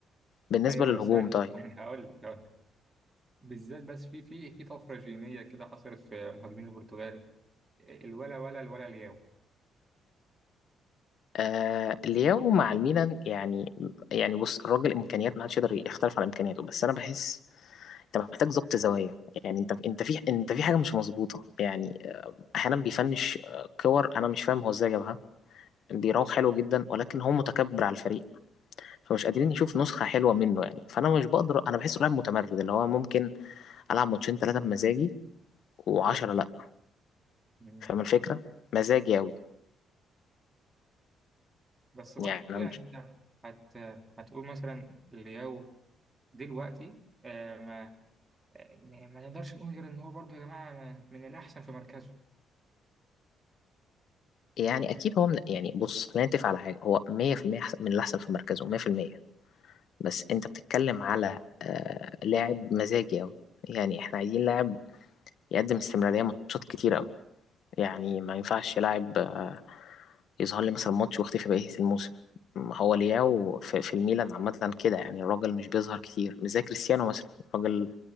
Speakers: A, on the left (about 65°); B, on the right (about 20°).
A: بالنسبة
B: ايوه
A: للهجوم
B: أيوة، ثانية
A: طيب
B: ثانية هقول لك بالذات بس في في في طفره جينيه كده حصلت في مهاجمين البرتغال الولا ولا الولا الياو
A: آه لياو مع الميلان يعني يعني بص الراجل إمكانيات ما حدش يقدر يختلف على إمكانياته بس أنا بحس انت محتاج ظبط زوايا يعني انت انت في انت في حاجه مش مظبوطه يعني احيانا بيفنش كور انا مش فاهم هو ازاي جابها بيراوغ حلو جدا ولكن هو متكبر على الفريق فمش قادرين يشوف نسخه حلوه منه يعني فانا مش بقدر انا بحسه لاعب متمرد اللي هو ممكن العب ماتشين ثلاثه بمزاجي و10 لا
B: مم.
A: فاهم الفكره مزاجي قوي
B: بس برضه
A: يعني انا
B: يعني
A: مش
B: انت هت هتقول مثلا لياو دلوقتي آه، ما آه، ما نقدرش نقول غير ان هو برضه يا جماعه ما- من الاحسن في مركزه
A: يعني اكيد هو من... يعني بص خلينا نتفق على حاجه هو 100% أحسن- من الاحسن في مركزه 100% بس انت بتتكلم على آه لاعب مزاجي قوي يعني احنا عايزين لاعب يقدم استمرارية ماتشات كتير قوي يعني ما ينفعش لاعب آه، يظهر لي مثلا ماتش واختفي بقية الموسم ما هو لياو في في الميلان عامة كده يعني الراجل مش بيظهر كتير مش زي كريستيانو مثلا راجل